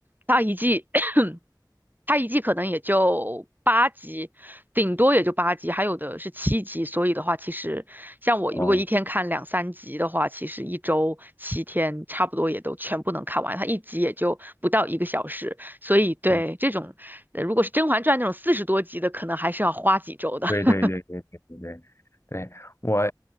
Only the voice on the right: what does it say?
它一季。<coughs> 它一季可能也就八集，顶多也就八集，还有的是七集。所以的话，其实像我如果一天看两三集的话，
其实一周七天差不多也都全部能看完。它一集也就不到一个小时，所以对这种，
呃如果是《甄嬛传》那种四十多集的，可能还是要花几周的。
<laughs>